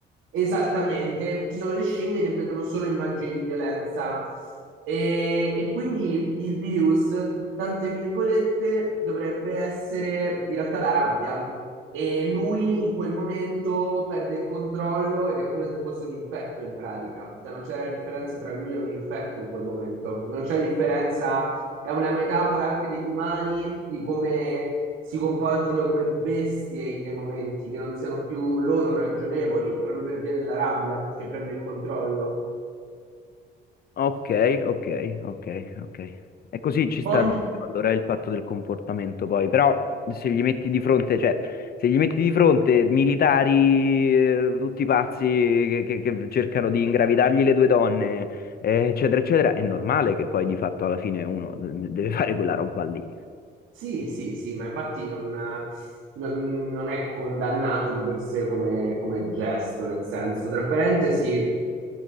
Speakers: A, on the right; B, on the left.
A: Esattamente, ci sono le scimmie che vedono solo immagini di violenza e, e quindi il virus, tra tante virgolette, dovrebbe essere in realtà la rabbia e lui in quel momento perde il controllo ed è come se fosse un infetto in pratica, cioè non c'è la differenza tra lui e un infetto in quel momento, non c'è differenza è una metafora anche degli umani, di come si comportino come bestie in dei momenti che non siano più loro ragionevoli, proprio per via della rabbia che prende il controllo.
B: Ok, ok, ok, ok. E così ci sta
A: Poi
B: dentro allora il fatto del comportamento poi, però se gli metti di fronte, cioè, se gli metti di fronte militari, eh, tutti pazzi che, che- che cercano di ingravidargli le due donne, eh, eccetera, eccetera, è normale che poi di fatto alla fine uno eh, deve fare quella roba lì.
A: Sì, sì, sì, ma infatti non, non- non è condannato di per sé come, come gesto, nel senso, tra parentesi,